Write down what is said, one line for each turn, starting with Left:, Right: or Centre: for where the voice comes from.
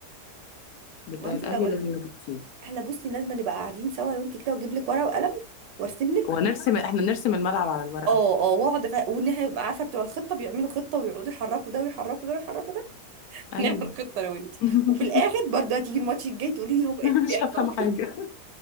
Left: بتاع
Right: ما هو انت
Left: الاهلي
Right: لو
Left: لازم يغطيه
Right: احنا بصي لازم نبقى قاعدين سوا لو انت كده واجيب لك ورقه وقلم وارسم
Left: ونرسم إحنا نرسم الملعب على الورقة،
Right: اه اه واقعد ف... وان احنا نبقى عارفه بتوع الخطه بيعملوا خطه ويقعدوا يحركوا ده ويحركوا ده ويحركوا ده <laughs>
Left: أيوه.
Right: نعمل خطه لو انت
Left: <laughs>
Right: وفي الاخر برضه هتيجي الماتش الجاي تقولي لي هو ايه اللي
Left: مش
Right: بيحصل
Left: هافهمه حاجة.